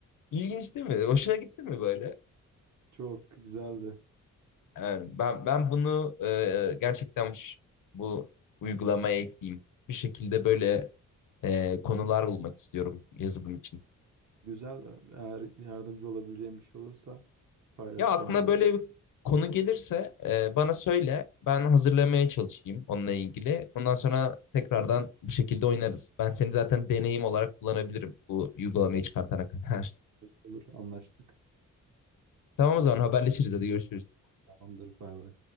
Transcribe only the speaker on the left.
İlginç değil mi? Hoşuna gitti mi böyle?
Yani ben ben bunu e, gerçekten ş- bu uygulamaya ekleyeyim. Bir şekilde böyle e, konular bulmak istiyorum yazılım için.
Ya aklına
böyle bir konu gelirse e, bana söyle. Ben hazırlamaya çalışayım onunla ilgili. Ondan sonra tekrardan bu şekilde oynarız. Ben seni zaten deneyim olarak kullanabilirim bu uygulamayı çıkartana kadar.
<laughs> Tamam o zaman haberleşiriz. Hadi görüşürüz.